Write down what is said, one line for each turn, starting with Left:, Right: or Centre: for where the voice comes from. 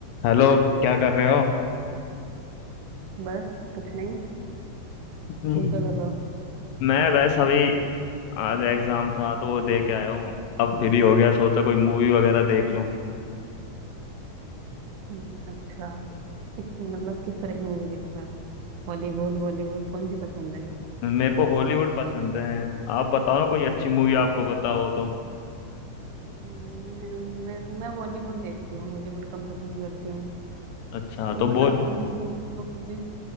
Left: Hello क्या कर रहे हो
Right: बस कुछ नहीं
Left: हम्म।
Right: तुम क्या कर रहे हो
Left: मैं बस अभी आज एग्जाम था तो वो दे के आया हूँ अब फ्री हो गया सोचा कोई मूवी वगैरह देख लूँ
Right: हम्म, अच्छा किस मतलब किस तरह की मूवी देखता है हॉलीवुड बॉलीवुड कौन सी पसंद है
Left: मेरे को हॉलीवुड पसंद है आप बताओ ना कोई अच्छी मूवी आपको बताओ तो
Right: हम्म, मैं मैं बॉलीवुड देखती हूँ हॉलीवुड कम पसंद करती हूँ
Left: अच्छा
Right: तुम
Left: तो
Right: बताओ
Left: बॉली
Right: कौन सी पसंद करती हो मूवी